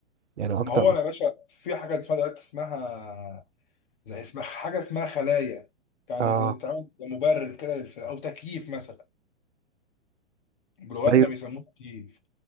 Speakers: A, on the right; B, on the left.
A: يعني اكتر
B: ما هو انا يا باشا في حاجة اسمها دلوقتي اسمها زي اسمها حاجة اسمها خلايا يعني
A: اه
B: زي تعمل مبرد كده للفرخ او تكييف مثلا جلواتنا
A: ايوه
B: بيسموه تكييف